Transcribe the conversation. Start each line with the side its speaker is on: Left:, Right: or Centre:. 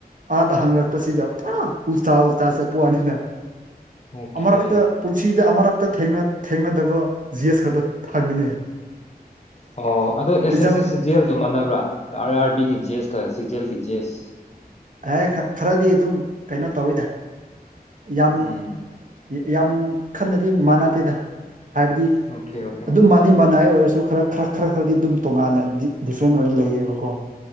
Right: ꯑꯥꯗ ꯍꯥꯡꯔꯛꯄꯁꯤꯗ ꯄꯨꯔꯥ ꯎꯜꯇꯥ ꯎꯜꯇꯥ ꯆꯠꯄ ꯋꯥꯅꯤꯗ
Left: ꯑꯣꯀꯦ
Right: ꯑꯃꯔꯛꯇ ꯄꯨꯟꯁꯤꯗ ꯑꯃꯔꯛꯇ ꯊꯦꯡꯅ ꯊꯦꯡꯅꯗꯕ ꯖꯤꯑꯦꯁ ꯈꯛꯇ ꯍꯪꯉꯤꯅꯦ
Left: ꯑꯣ ꯑꯗꯨ ꯑꯦꯁ
Right: ꯑꯦꯛꯖꯥꯝ
Left: ꯑꯦꯁ ꯁꯤ ꯁꯤꯖꯦꯜꯒ ꯃꯥꯟꯅꯕ꯭ꯔꯥ ꯑꯥꯔ ꯑꯥꯔ ꯕꯤꯒꯤ ꯖꯦꯁꯀ ꯁꯤꯖꯦꯜꯒꯤ ꯖꯤꯑꯦꯁ
Right: ꯑꯦ ꯈꯥ ꯈꯔꯗꯤ ꯑꯗꯨꯝ ꯀꯩꯅꯣ ꯇꯧꯋꯤꯗ ꯌꯥꯝ
Left: ꯎꯝ
Right: ꯌꯦ ꯌꯥꯝ ꯈꯟꯅꯗꯤ ꯃꯥꯟꯅꯗꯦꯗ ꯍꯥꯏꯕꯗꯤ
Left: ꯑꯣꯀꯦ ꯑꯣꯀꯦ
Right: ꯑꯗꯨꯝ ꯃꯥꯟ ꯅꯤ ꯃꯅꯥꯏ ꯑꯣꯏꯔꯁꯨ ꯈꯔ ꯈꯔ ꯈꯔ ꯈꯔꯗꯤ ꯗꯨꯝ ꯇꯣꯉꯥꯟꯅ ꯗꯤ ꯗꯤꯐ꯭ꯔꯦꯟ ꯑꯣꯏꯔ ꯂꯩꯌꯦꯕꯀꯣ